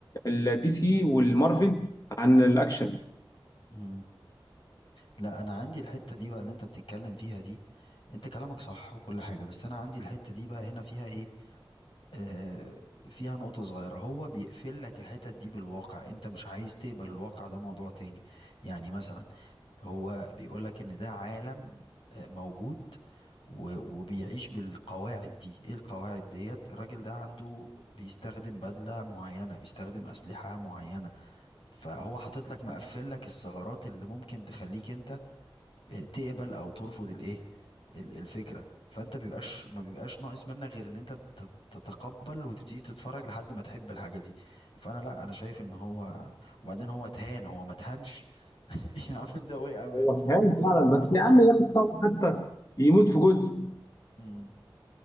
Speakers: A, on the left; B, on the left.
A: الدي سي والمارفل عن الاكشن
B: مم. لا انا عندي الحتة دي بقى اللي انت بتتكلم فيها دي انت كلامك صح وكل حاجة بس انا عندي الحتة دي بقى هنا فيها ايه آه فيها نقطة صغيرة هو بيقفل لك الحتت دي بالواقع انت مش عايز تقبل الواقع ده موضوع تاني يعني مثلا هو بيقول لك ان ده عالم آه، موجود و- وبيعيش بالقواعد دي ايه القواعد ديت الراجل ده عنده بيستخدم بدلة معينة بيستخدم أسلحة معينة فهو حاطط لك مقفل لك الثغرات اللي ممكن تخليك انت تقبل او ترفض الايه ال- الفكره فانت بيبقاش ما بيبقاش ناقص منك غير ان انت تت- تتقبل وتبتدي تتفرج لحد ما تحب الحاجه دي فانا لا انا شايف ان هو وبعدين هو اتهان هو ما اتهانش <laughs> يا عم ده وقع من
A: هو
B: فوق
A: كان
B: الفندق
A: فعلا بس يا عم
B: <laughs>
A: ياخد طب حتى يموت في جزء
B: امم